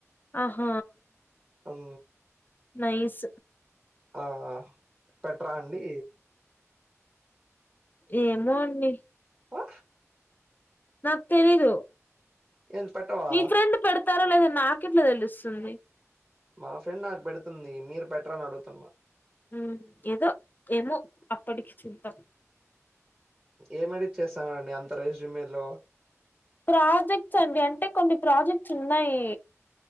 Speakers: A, on the left; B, on the right.
A: ఆహ
B: అమ్
A: నైస్
B: ఆ పెట్రా అండి
A: ఏమో అండి
B: <inaudible>
A: నాకు తెలీదు
B: ఏంది పెట్టవా?
A: మీ ఫ్రెండ్ పెడతారో లేదొ నాకు ఎట్లా తెలుస్తుంది
B: మా ఫ్రెండ్ నాకు పెడుతుంది మీరు పెట్ర అని అడుగుతున్న
A: మ్ ఏదో ఏమో అప్పటికి చూద్దాం
B: ఏమేడి చేస్తానండి అంత రెస్యుమ్ లో
A: ప్రాజెక్ట్స్ అండి అంటే కొన్ని ప్రాజెక్ట్స్ ఉన్నాయి